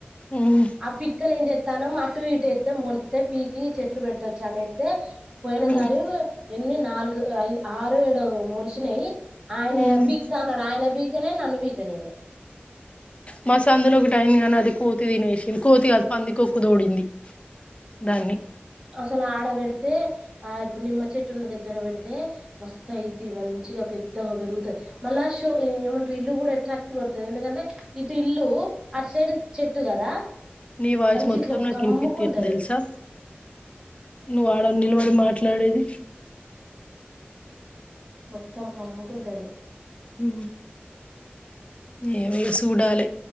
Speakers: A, on the left (about 30°); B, on the right (about 15°).
A: ఉమ్,
B: ఆ పిక్కల ఎ చెత్తాన అ టూ ఇటు ఎత్తే ములితే పీకి చెట్లు పెట్టొచ్చు అన అయితే పోయిన సారి
A: ఉమ్,
B: ఎన్ని నాలుగుఐ ఆరు ఏడుో ములిసినయి ఆయన
A: ఉమ్,
B: పీక్తా అన్నాడు ఆయన పీక్ కలే నన్ను పీకనీలే
A: మ సందులో ఒక టైం కానీ అది కోతి తినేసింది కోతి అది పంది కొక్కు తోడింది దాన్ని
B: అసలు ఆడ పెడితే ఆ ఇప్పుడు నిమ్మ చెట్టున్న దగ్గర పెడితే మస్తాయిది మంత మంచిగా పెద్దగా పెరుగుతుంది మళ్ళా షో ఏమంటారు ఇల్లు కూడా అట్రాక్ట్ కడుతుంది ఎందుకంటే ఇటు ఇల్లు అటు సైడ్ చెట్టు కదా
A: నీ వాయిస్
B: మంచి
A: మొత్తం
B: ఇట్లా
A: నాకు
B: కమ్ముకుంటది
A: ఇనిపిత్తింది తెలుసా నువ్వు ఆడ నిలబడి మాట్లాడేది
B: మొత్తం కమ్ముకుంటది
A: ఉ
B: <inaudible>
A: ఏమ సూడాలే